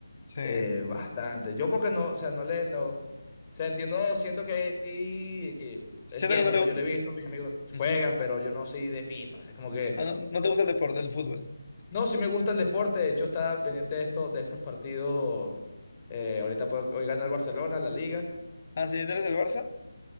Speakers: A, on the left (about 40°); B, on the left (about 25°).
A: Sí.
B: eh, bastante. Yo porque no, o sea, no le, no, o sea, entiendo, siento que hay-
A: Siento
B: entiendo,
A: que no le
B: ¿no? Yo
A: gu-
B: le he visto, mis amigos juegan,
A: Ujú.
B: pero yo no soy de FIFA. O sea, es como que,
A: Ah, no, no te gusta el deporte, el fútbol.
B: no, sí me gusta el deporte, de hecho estaba pendiente de esto, de estos partidos, eh, ahorita puedo, hoy gana el Barcelona, la Liga.
A: Ah, sí, ¿tú eres el Barça?